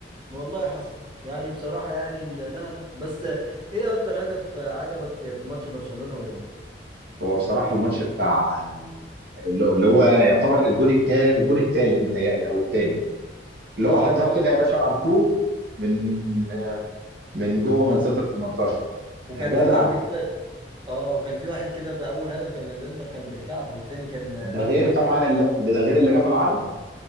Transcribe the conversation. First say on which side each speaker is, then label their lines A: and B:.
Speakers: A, on the right; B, on the right.
A: والله حصل يعني بصراحة يعني ال- لا لا بس آه، ايه اكتر هدف آه، عجبك في ماتش برشلونة والانتر
B: هو بصراحة الماتش بتاع اللي اللي هو يعتبر الجون الكام الجون الثالث متهيألي او الثاني اللي
A: اه
B: هو حطها
A: اللي هو
B: كده
A: كان
B: يا باشا ار2 من من جوه منطقة
A: حصل
B: ال 18
A: وكان
B: يا جدع
A: في واحدة كده اه وكان في واحد كده بأول هدف كان للانتر كان بالكعب والتاني كان آه،
B: ده
A: باك
B: غير
A: وورد
B: طبعا ال- ده غير اللي جه في العرض